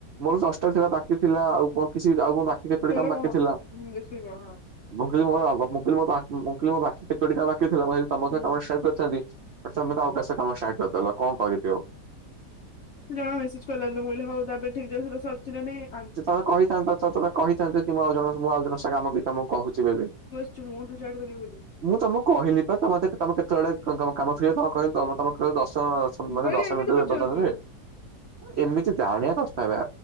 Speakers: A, on the right; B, on the left.
A: ମୋର ଦଶଟା ଥିଲା ବାକି ଥିଲା ଆଉ ମୋର କିଛି ଆଉ ମୋ ବାକି କେତୋଟି
B: ସେଇଟା
A: କାମ ବାକି
B: କଣ
A: ଥିଲା।
B: ବେଶୀ କଣ
A: ମୁଁ କହିଲି ମୋର <unintelligible> ମୁଁ କହିଲି ମୋ ବା ମୁଁ କହିଲି ମୋ ବାକି କେତୋଟି କାମ ବାକି ଥିଲା ମୁଁ ଭାବିଲି ତମ
B: ହୁଁ
A: ସହ କାମଟା ଷ୍ଟାର୍ଟ କରିଥାଆନ୍ତି ଆରେ ତମେ ତ ଆଉ କାହା ସହ କାମ ଷ୍ଟାର୍ଟ କରିଦେଲ କଁ କରିବି ଆଉ।
B: ସିଏ ଜଣେ ମେସେଜ୍ କଲା ବେଲେ ମୁଁ କହିଲି ହଉ ତାବେ ଠିଗା <unintelligible> ସରଚି ନାହିଁ।
A: ଯେ ତମେ କହିଥାନ୍ତ୍ <unintelligible> କହିଥାନ୍ତେ କି ମୁଁ ଆଉ ଜଣଙ୍କ ସ୍ ମୁଁ ଆଉ ଜଣଙ୍କ ସହ <unintelligible> ବି ତମୁକୁ କହୁଛି ବେଲି।
B: ସେ ମୁଁ ଡିସାଇଡି କରିବି ବୋଲି।
A: ମୁଁ ତମୁକୁ କହିଲି ପା ତମେ ମତେ କେ ତମେ ମତେ କେତେବେଳେ <unintelligible> କାମ ଛିଡିବ ତମୁକୁ କହିଲି ତମେ ତମେ କହିଲ ଦଶ <unintelligible>
B: ମୁଁ
A: ମାନେ
B: କହିଲି
A: ଦଶ
B: ଏମିତି
A: ମିଣ୍ଟିରେ
B: ପଚାରୁଛୁ
A: <unintelligible> ଏମିତି ଜାଣିଆ କଥା ବେ